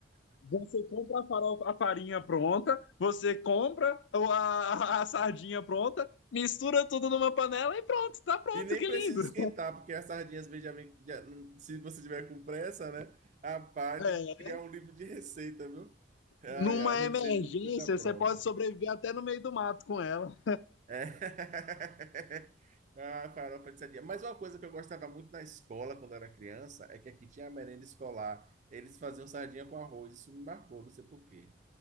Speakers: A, on the left (about 80°); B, on the right (about 40°).
A: Você compra a farofa, a farinha pronta, você compra o- a, a sardinha pronta, mistura tudo numa panela e pronto, tá pronto,
B: E nem
A: que
B: precisa
A: lindo.
B: esquentar, porque as sardinhas Benjamin, já- se você tiver com pressa, né? Rapaz,
A: É,
B: tem que criar um livro de receita, viu? Ai,
A: numa
B: ai, receita
A: emergência,
B: de coisa pronta.
A: você pode sobreviver até no meio do mato com ela.
B: É. <laughs> Ah, farofa de sardinha. Mas uma coisa que eu gostava muito na escola, quando eu era criança, é que aqui tinha a merenda escolar. Eles faziam sardinha com arroz. Isso me marcou, não sei por quê.